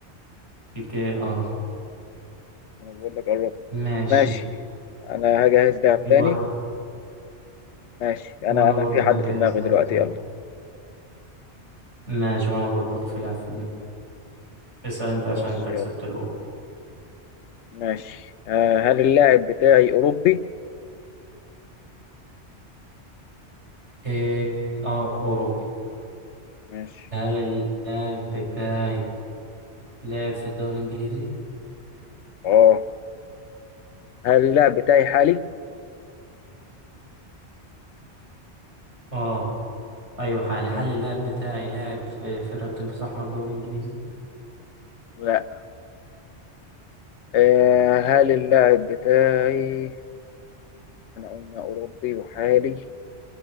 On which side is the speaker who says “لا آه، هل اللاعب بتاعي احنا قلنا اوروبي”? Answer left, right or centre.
Left